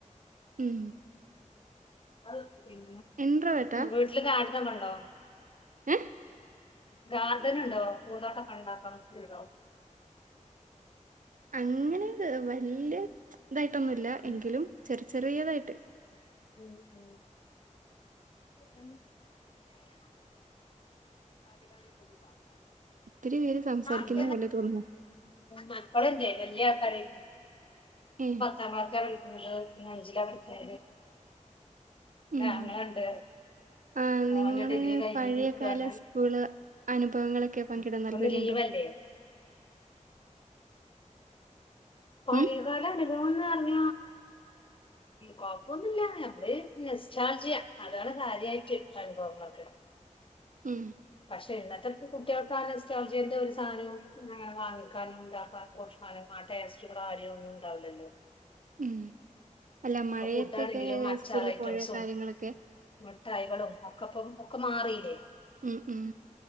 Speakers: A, on the right; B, on the left.
A: ഉം
B: ഉം
A: ഇൻട്രോവേർട്ടാ
B: വീട്ടില് <unintelligible>
A: ഏഹ്
B: ഗാർഡൻ ഉണ്ടാവോ പൂന്തോണ്ടാക്കണ്ടോ
A: അങ്ങനെ വലിയ ഇതായിട്ടൊന്നുല്ല
B: ഉം
A: എങ്കിലും ചെർ ചെർതായിട്ട്
B: ഉം ഉം <unintelligible> <unintelligible>
A: ഒത്തിരി പേര് സംസാരിക്കുന്ന
B: ആഹ്
A: പോലെ തോന്നുന്നു
B: മക്കളില്ലേ വല്യ ആൾക്കാര്
A: ഏഹ്
B: തമാശ കളിക്കുന്നത് പിന്നെ അഞ്ചിലാ പിന്നേ
A: ഉം
B: ആങ്ങളണ്ട്
A: ആഹ് നിങ്ങളെ
B: ഓന് ഡിഗ്രി കഴിഞ്ഞ്
A: പഴയകാല
B: നിക്കാണ്
A: സ്കൂള് അനുഭവങ്ങളൊക്കെ പങ്കിടാൻ
B: ഇപ്പൊന്ന്
A: താല്പര്യണ്ടോ
B: ലീവല്ലേ പഴയകാല
A: ഉം
B: അനുഭവം എന്ന് പറഞ്ഞ കൊഴപ്പൊന്നുല്ല നമ്മള് നൊസ്റ്റാൾജിയ അതാണ് കാര്യയിട്ട് അനുഭവങ്ങക്കെള്ള
A: ഉം
B: പക്ഷെ ഇന്നെത്തെ കുട്ട്യേൾക്കാ നൊസ്റ്റാൾജിയെന്റെ ഒര് സാനവും വാങ്ങിക്കാനും താക്കാ <unintelligible> ആഹ് ടേസ്റ്റും കാര്യോ ഒന്നുംണ്ടാവൂലല്ലോ
A: ഉം അല്ല മഴയത്തെക്കെ
B: ഫുഡ് ആണെങ്കിലും അച്ചാർ
A: സ്കൂള്ല്
B: ഐറ്റംസും
A: പോഴ കാര്യങ്ങളൊക്കെ
B: മിഠായികളും ഒക്കെപ്പൊ ഒക്കെ മാറീലേ
A: ഉം ഉം